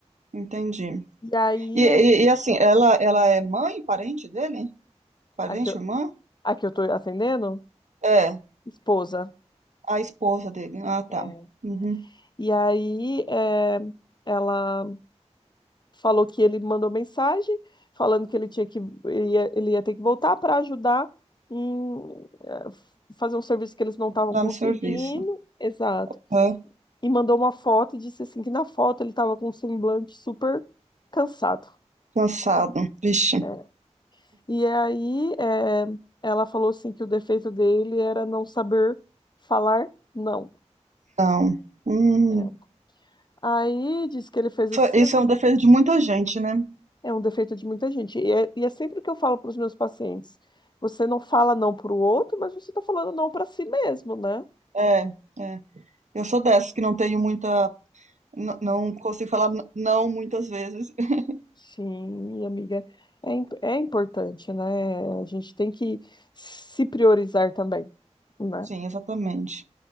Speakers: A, on the right; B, on the left.
A: Entendi.
B: E aí
A: E, e-
B: ele.
A: e, assim, ela, ela é mãe, parente dele? Parente,
B: Aqui eu,
A: irmã?
B: aqui eu tô atendendo?
A: É,
B: Esposa.
A: a esposa dele. Ah, tá.
B: É.
A: Uhum.
B: E aí é, ela falou que ele mandou mensagem falando que ele tinha que ele ia, ele ia ter que voltar para ajudar em é, fazer um serviço que eles não estavam
A: Lá
B: conseguindo.
A: no serviço.
B: Exato.
A: É,
B: e mandou uma foto e disse assim que na foto ele estava com um semblante super cansado.
A: cansado. Vixe,
B: É. E aí é, ela falou assim que o defeito dele era não saber falar não.
A: não. Hum.
B: É. Aí disse que ele fez esse
A: Isso isso é um defeito de muita gente, né?
B: é um defeito de muita gente. E é, e é sempre o que eu falo para os meus pacientes. Você não fala não para o outro, mas você está falando não para si mesmo, né?
A: É, é. Eu sou dessas que não tenho muita. n- Não consigo falar n- não muitas vezes. <laughs>
B: Sim, amiga. É, im- é importante, né? A gente tem que se priorizar também, né?
A: Sim, exatamente.